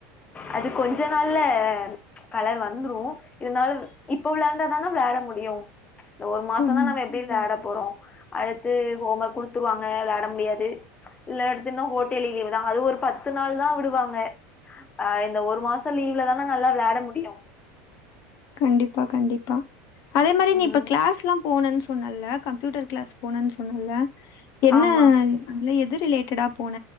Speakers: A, on the left; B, on the left.
A: அது கொஞ்ச நாள்ல கலர் வந்த்துரு இருந்தாலுவ் இப்ப விளாண்டாதான விளாட முடியு இந்த ஒரு மாசந்தா
B: ம்.
A: நம்ம எப்டி விளாடப் போறோ அடுத்து ஹோம் ஒர்க் குடுத்துருவாங்க விளாட முடியாது இல்லாட்டின்னா கோட் டேலீ லீவு தான் அது ஒரு பத்து நாள் தான் விடுவாங்க ஆ இந்த ஒரு மாசம் லீவ்ல தானா நல்லா விளையாட முடியும்
B: கண்டிப்பா கண்டிப்பா அதே மாரி நீ
A: ம்
B: இப்ப கிளாஸ்ல்லாம் போனன்னு சொன்னல கம்ப்யூட்டர் கிளாஸ் போனேன்னு சொன்னல என்ன
A: ஆமா
B: அத எது ரிலேட்டடா போன